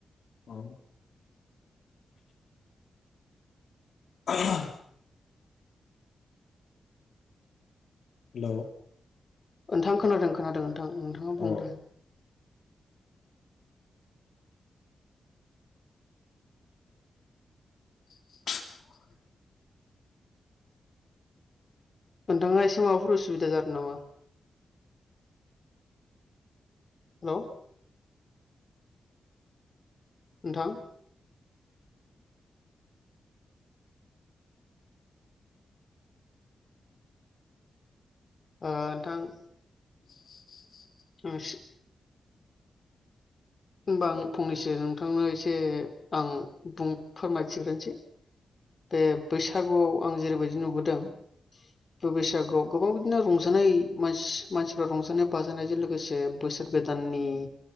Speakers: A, on the left; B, on the left.
A: औ <inaudible> हेलौ
B: नोंथां खोनादों खोनादों नों थां नोंथाङा
A: औ
B: बुं दे।
A: <inaudible>
B: नोंथाङा एसे माबाफोर उसुबिदा जादों नामा? हेलौ नोंथां। ओ नोंथां।
A: <inaudible>
B: आं इसे होमबा आं फंनैसो नोंथांनो एसे आं बुं फोरमायथिग्रोनोसै। बे बैसागुआव आं जेरैबायदि नुबोदों। बे बैसागुआव गोबां बिदिनो रंजानाय मानसि मानसिफ्रा रंजानाय बाजानायजों लोगोसे बोसोर गोदाननि